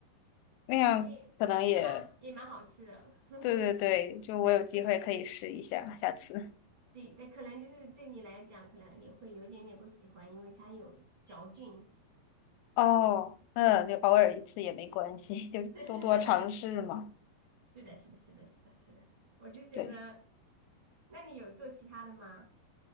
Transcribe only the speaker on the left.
那样可能也
对对对，就我有机会可以试一下，
下次。
哦，嗯，就偶尔一次也没关系，就多多尝试嘛。
对。